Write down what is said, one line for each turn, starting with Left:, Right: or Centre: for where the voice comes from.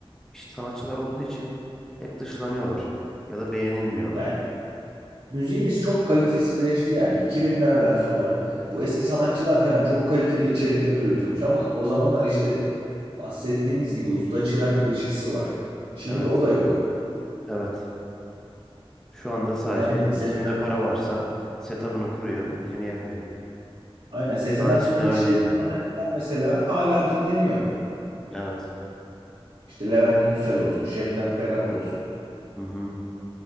Centre: işte sanatçılar olduğu için hep dışlanıyorlar ya da beğenilmiyorlar.
Right: Yani müziğimiz çok kalitesizleşti yani 2000'lerden sonra. Bu eski sanatçılar falan çok kaliteli içerikler üretiyormuş ama o zamanlar işte bahsettiğimiz gibi usta çırak ilişkisi var. Şimdi
Centre: Evet,
Right: o da yok.
Centre: evet. Şu anda sadece
Right: Yani Sezen
Centre: kimde para varsa setup'ını kuruyor, müziğini yapıyor.
Right: Aynen Sezen
Centre: Ama
Right: Aksu'nun
Centre: eskiden
Right: yetiştirdiği
Centre: öyle değildi.
Right: sanatçılar mesela hala dinleniyor.
Centre: Evet.
Right: İşte Levent Yüksel olsun, Şebnem Ferah olsun,
Centre: Hı hı.